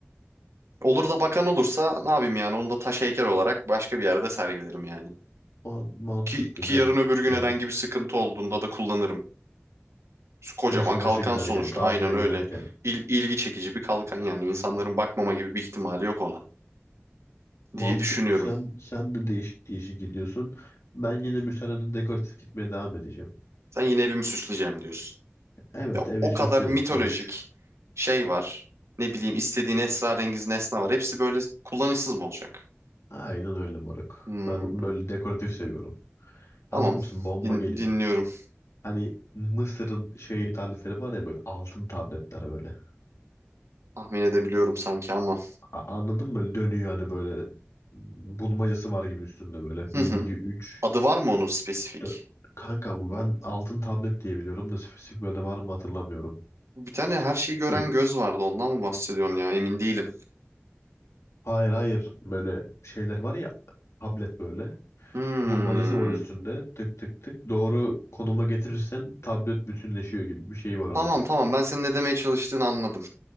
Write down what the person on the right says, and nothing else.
Olur da bakan olursa ne yapayım yani onu da taş heykel olarak başka bir yerde sergilerim yani.
Ki, ki
yarın öbür gün
herhangi bir sıkıntı olduğunda da kullanırım. Kocaman
kalkan
sonuçta
aynen öyle.
İl, ilgi çekici bir kalkan yani insanların bakmama gibi bir ihtimali yok ona
diye düşünüyorum.
Sen yine evimi süsleyeceğim diyorsun.
Ya
o
kadar mitolojik
şey var. Ne bileyim istediğin esrarengiz nesne var. Hepsi böyle kullanışsız mı olacak?
Hmm,
tamam.
Din-
dinliyorum.
Tahmin edebiliyorum sanki ama.
Hı
hı.
Adı var mı onun spesifik?
Bir tane her şeyi gören
göz vardı. Ondan mı bahsediyorsun ya? Emin değilim.
Hmm.
Tamam tamam ben senin ne demeye çalıştığını anladım.